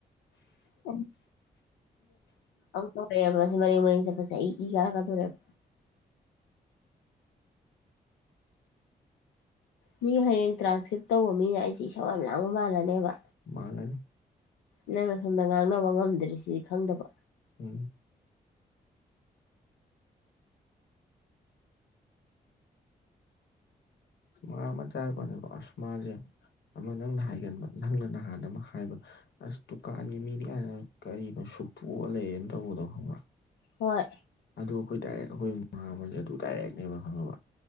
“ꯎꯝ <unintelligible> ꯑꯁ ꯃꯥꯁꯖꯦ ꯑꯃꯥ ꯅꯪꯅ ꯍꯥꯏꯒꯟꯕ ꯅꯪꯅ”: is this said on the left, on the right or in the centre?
Left